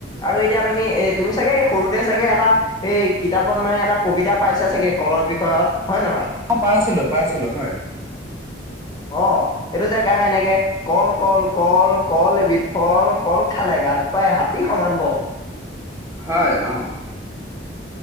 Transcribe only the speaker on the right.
অ', পাইছিলোঁ পাইছিলোঁ হয়।
হয় অঁ।